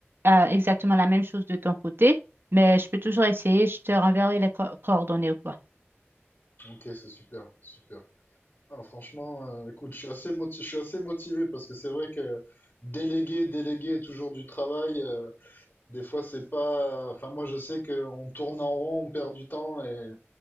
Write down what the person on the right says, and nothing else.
euh, exactement la même chose de ton côté, mais je peux toujours essayer. Je te renverrai les co- coordonnées ou quoi.